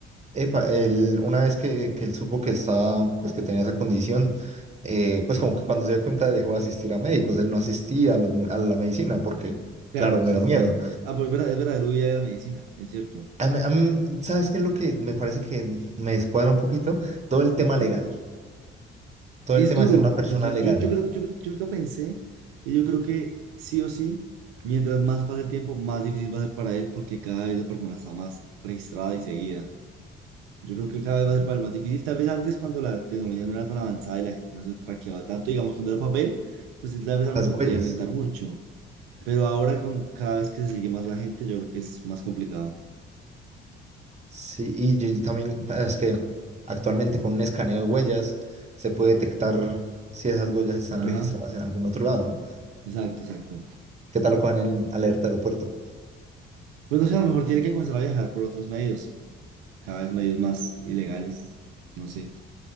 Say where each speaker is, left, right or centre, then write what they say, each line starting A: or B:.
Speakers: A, on the right (about 20°); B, on the right (about 70°).
A: Epa, él, una vez que, que él supo que estaba, pues que tenía esa condición, eh, pues como que cuando se dio cuenta dejó de asistir a médicos, él no asistía a, los a la medicina porque,
B: Claro,
A: claro, mero
B: sí, sí,
A: miedo.
B: sí. Ah, pero es verdad, es verdad, el huía de la medicina, es cierto.
A: A mí- a mí, ¿sabes qué es lo que me parece que me descuadra un poquito? Todo el tema
B: Eh,
A: legal, todo
B: Es
A: el tema
B: duro,
A: de ser una persona
B: es duro.
A: legal,
B: Yo, yo creo, yo, yo lo pensé y yo creo que sí o sí, mientras más pase el tiempo, más difícil va a ser para él porque cada vez la persona está más registrada y seguida. Yo creo que cada vez va a ser para él más difícil. Tal vez antes cuando la tecnología no era tan avanzada y la gente no se traqueaba tanto, digamos, cuando era papel, pues él tal vez a lo
A: las
B: mejor
A: huellas,
B: podía inventar mucho. Pero ahora con cada vez que se sigue más la gente, yo creo que es más complicado.
A: sí, y, yo- y también ah, es que actualmente con un escaneo de huellas se puede detectar si esas huellas están
B: Ajá.
A: registradas en algún otro lado.
B: Exacto, exacto.
A: ¿Qué tal lo cojan en alerta aeropuerto?
B: Pues no sé, a lo mejor tiene que comenzar a viajar por otros medios, cada vez medios más ilegales, no sé.